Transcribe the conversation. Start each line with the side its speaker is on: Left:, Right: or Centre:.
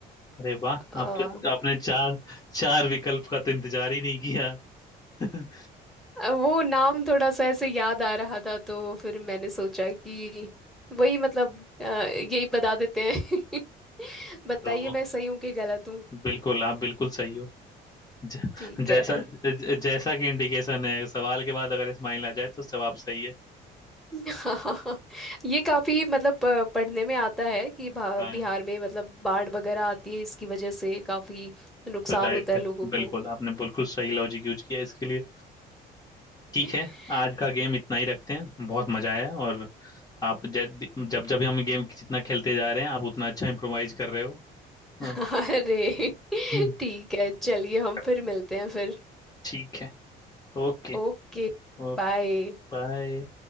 Left: अरे वाह
Centre: है
Left: आप तो आपने चार चार विकल्प का तो इंतजार ही नहीं किया <laughs>
Centre: अब वो नाम थोड़ा सा ऐसे याद आ रहा था तो फिर मैंने सोचा कि वही मतलब अ, यही बता देते हैं <laughs> बताइए
Left: तो
Centre: मैं सही हूँ कि गलत हूँ
Left: बिल्कुल आप बिल्कुल सही हो ज,
Centre: ठीक
Left: जैसा
Centre: है
Left: ज, जैसा कि इंडिकेशन है सवाल के बाद अगर स्माइल आ जाए तो जवाब सही है
Centre: <laughs> हाँ ये काफी मतलब अ, पढ़ने में आता है कि भा-
Left: हाँ
Centre: बिहार में मतलब बाढ़ वगैरह आती है इसकी वजह से काफी नुकसान
Left: तो जाहिर
Centre: होता है
Left: है
Centre: लोगों को
Left: बिल्कुल आपने बिल्कुल सही लॉजिक यूज किया इसके लिए ठीक
Centre: <laughs>
Left: है आज का गेम इतना ही रखते हैं बहुत मजा आया और आप जब जब जब हम गेम जितना खेलते जा रहे हैं आप उतना अच्छा इम्प्रोवाइज कर रहे हो
Centre: अरे
Left: हाँ हम्म।
Centre: ठीक है चलिए हम
Left: चलो,
Centre: फिर मिलते हैं फिर
Left: ठीक है ओके
Centre: ओके
Left: ओके
Centre: बाय
Left: बाय